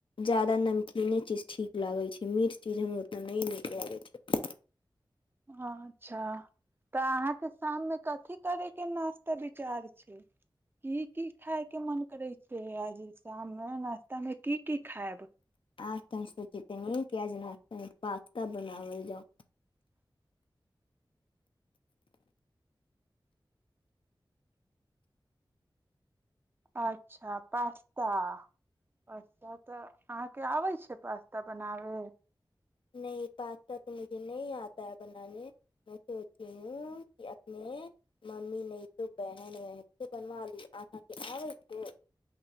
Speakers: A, on the left; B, on the right.
A: ज्यादा नमकीने चीज ठीक लागै छै मीठ चीज हमरा ओतना नहि नीक लागै छै
B: अच्छा तऽ अहाँके शाममे कथी करे के नाश्ता विचार छै की की खाय के मन करै छै आज शाममे नाश्ता मे की की खायब
A: आज त हम सूचितित न किज पास बनावल जाउ
B: अच्छा पास्ता पास्ता तऽ अहाँके आबै छै पास्ता बनाबै
A: न पास्ता तऽ मुझे न आता है बनााने में सोची हूँ कि अपने मम्मी न तो बहन बहन से बनवा लू आब